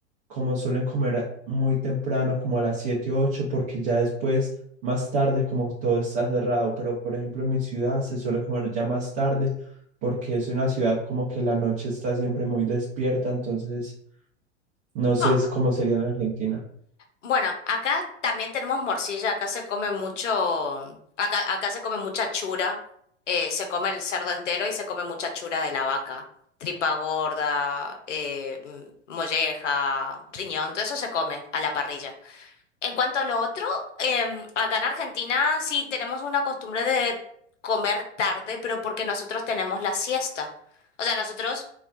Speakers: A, on the right (about 40°); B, on the left (about 80°).
A: como suelen comer muy temprano, como a las 7 o 8, porque ya después, más tarde, como todo está cerrado. Pero, por ejemplo, en mi ciudad se suele comer ya más tarde, porque es una ciudad como que la noche está siempre muy despierta. Entonces, no sé
B: Ah,
A: es cómo sería en Argentina.
B: Bueno, acá también tenemos morcilla, acá se come mucho, acá, acá se come mucha chura, eh, se come el cerdo entero y se come mucha chura de la vaca, tripa gorda, eh, mm, molleja, riñón, todo eso se come a la parrilla. En cuanto a lo otro, em, acá en Argentina sí tenemos una costumbre de comer tarde, pero porque nosotros tenemos la siesta. O sea, nosotros